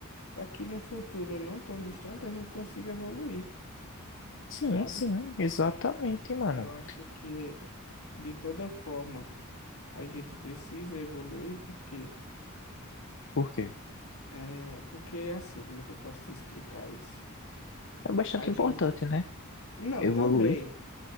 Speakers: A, on the left (about 80°); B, on the left (about 60°).
A: para que num futuro não tão distante a gente consiga evoluir,
B: Sim,
A: sabe?
B: sim, exatamente, mano.
A: Eu acho que de toda forma a gente precisa evoluir porque
B: Por quê?
A: é porque é assim, como é que eu posso te explicar isso?
B: É bastante
A: A gente.
B: importante, né?
A: Não,
B: Evoluir.
A: também.